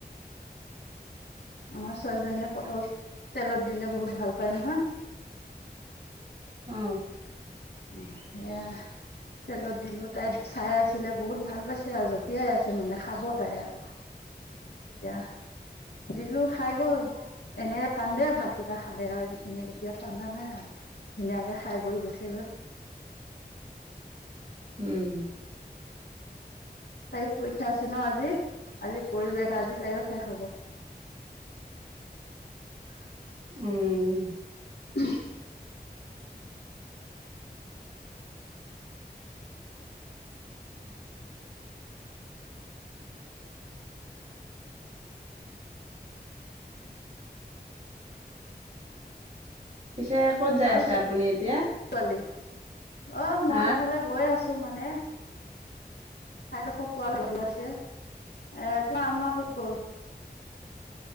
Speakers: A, on the left; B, on the right.
A: আমাৰ ছোৱালীজনীয়ে পটল তেলত দিলে বহুত ভাল পায় নহয়
B: অ
A: অ এয়া তেলত দিলো তাই চাই আছিলে বহুত ভাল পাইছে আৰু জঁপিয়াই আছে মানে খাব তাই আৰু এতিয়া দিলো খাই গল এনে কান্দে ভাতকেইটা খালে আৰু এনে এতিয়া কান্দা নাই আৰু ধুনীয়াকে খাই বৈ গৈচি গৈ
B: উম
A: তাইও পৰীক্ষা আছে ন আজি আজি পৰিৱেশ আজি তাইও শেষ হ'ব হয়
B: উম
A: উম
B: পিছে ক'ত যাই
A: অ
B: আছে
A: ছোৱালী
B: আপুনি এতিয়া?
A: অ মই
B: হা
A: এফালে গৈ আছো ত মানে তাইডোখ পোৱা ভালো আছে এ তোৰ আম্মাৰ কত গ'ল